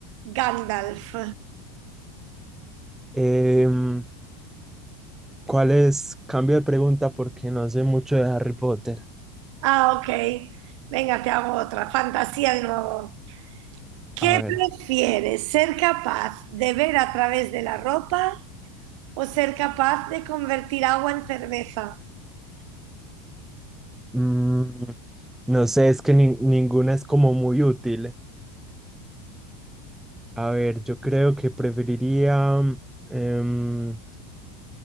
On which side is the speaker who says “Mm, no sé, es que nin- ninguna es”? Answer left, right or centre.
Centre